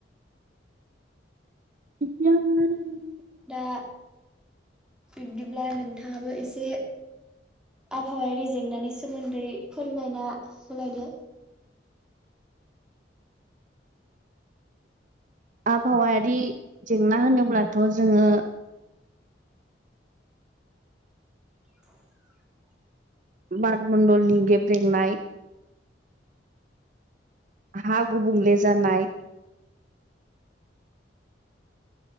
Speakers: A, on the right; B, in the centre.
A: <unintelligible> <inaudible>
B: दा बिब्दिब्ला नोंथाङाबो एसे आबहावायारि जेंनानि सोमोन्दै फोरमायना होलायदो
A: आबहावायारि जेंना होनोब्लाथ' जोङो
B: <unintelligible> <inaudible>
A: बारमण्डलनि गेब्रेंनाय हा गुबुंले जानाय